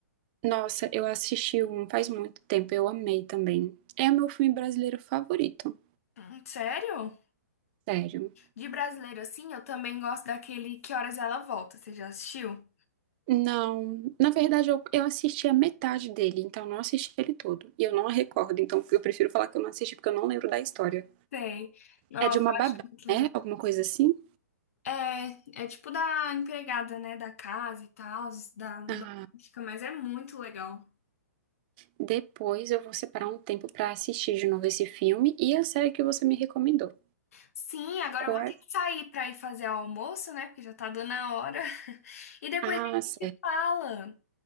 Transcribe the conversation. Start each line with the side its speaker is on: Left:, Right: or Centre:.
Right: Nossa, eu assisti um faz muito tempo, eu amei também. É o meu filme brasileiro favorito,
Left: Hum, Sério?
Right: sério.
Left: De brasileiro, assim, eu também gosto daquele Que Horas Ela Volta. Você já assistiu?
Right: Não, na verdade eu, eu assisti a metade dele, então não assisti ele todo. E eu não recordo, então eu prefiro falar que eu não assisti porque eu não lembro da história.
Left: Tem. Nossa,
Right: É de uma
Left: eu
Right: babá,
Left: acho muito legal.
Right: né? Alguma coisa assim?
Left: É, é tipo da empregada, né? Da casa e tal, da doméstica,
Right: Ah,
Left: mas é muito legal.
Right: Depois eu vou separar um tempo para assistir de novo esse filme e a série que você me recomendou.
Left: Sim, agora
Right: Qual
Left: eu vou
Right: é?
Left: ter que sair pra ir fazer o almoço, né? Porque já tá dando a hora. <laughs> E depois
Right: Ah,
Left: a gente
Right: certo.
Left: se fala.